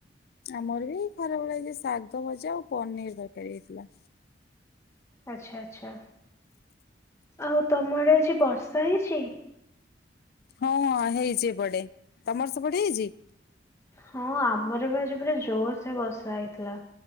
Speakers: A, on the left; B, on the left.
A: ଆମର ବି ଖରା ବେଳେ ଆଜି ଶାଗ ଭଜା ଆଉ ପନିର୍ ତରକାରୀ ହେଇଥିଲା।
B: ଆଚ୍ଛା ଆଚ୍ଛା ଆଉ ତମ ଆଡେ ବର୍ଷା ହେଇଛି?
A: ହଁ ହେଇଚି ଏପଡେ ତମର ସେପଡେ ହେଇଚି?
B: ହଁ ଆମର ବି ଆଜି ପୁରା ଜୋର୍ ସେ ବର୍ଷା ହେଇଥିଲା।